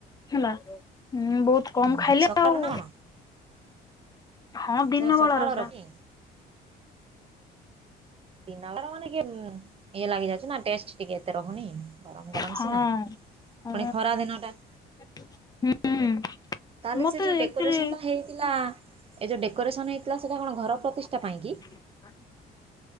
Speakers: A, on the left; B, on the right.
A: ହେଲା ବହୁତ କମ
B: ହୁଁ।
A: ଖାଇଲେ
B: ସକାଳୁ
A: ଆଉ
B: ନା କଣ
A: ହଁ ଦିନ
B: ସେଟା ସକାଳର
A: ବେଳା ର ସେଟା।
B: କି? ଦିନ ବେଳା ମାନେ ନ୍ ଇଏ ଲାଗି ଯାଉଚି ନା ଟେଷ୍ଟ ଟିକେ ଏତେ ରହୁନି। ଗରମ ଗରମ
A: ହଁ
B: ସିନା ପୁଣି
A: ହଁ
B: ଖରା ଦିନ ଟା।
A: ହୁଁ।
B: ତାହେଲେ
A: ମତେ
B: ସେ ଯୋଉଁ ଡେକୋରେସନଟା
A: ଆକ୍ଚୁଆଲି
B: ହେଇଥିଲା ଏ ଯୋଉ ଡେକୋରେସନ ହେଇଥିଲା ସେଇଟା କଣ ଘର ପ୍ରତିଷ୍ଠା ପାଇଁ କିି?
A: <inaudible>